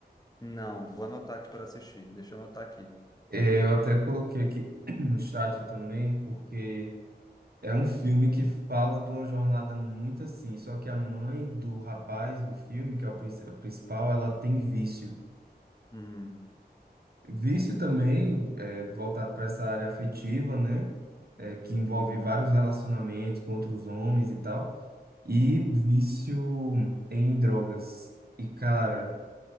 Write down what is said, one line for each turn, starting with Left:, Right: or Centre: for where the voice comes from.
Left: Não, vou anotar aqui para assistir. Deixa eu anotar aqui.
Right: Eh, eu até coloquei aqui <clears throat> no chat também, porque é um filme que fala de uma jornada muito assim. Só que a mãe do rapaz do filme, que é o princi- a principal, ela tem vício.
Left: Uhum,
Right: Vício também eh, voltado para essa área afetiva, né? Eh, que envolve
Left: uhum,
Right: vários relacionamentos com outros homens e tal. E vício em drogas. E, cara.
Left: uhum.